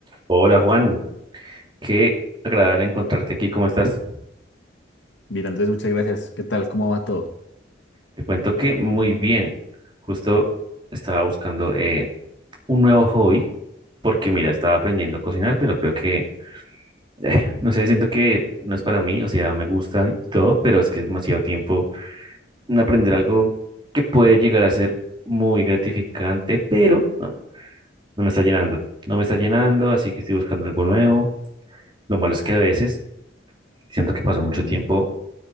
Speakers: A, on the right; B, on the left.
A: Hola Juan, qué agradable encontrarte aquí, ¿cómo estás?
B: Bien, Andrés, muchas gracias. ¿Qué tal? ¿Cómo va todo?
A: Te cuento que muy bien, justo estaba buscando eh, un nuevo hobby porque mira, estaba aprendiendo a cocinar, pero creo que, eh, <laughs> no sé, siento que no es para mí, o sea, me gusta y todo, pero es que es demasiado tiempo en aprender algo que puede llegar a ser muy gratificante, pero ah, no me está llenando, no me está llenando, así que estoy buscando algo nuevo. Lo malo es que a veces siento que paso mucho
B: Ujú.
A: tiempo.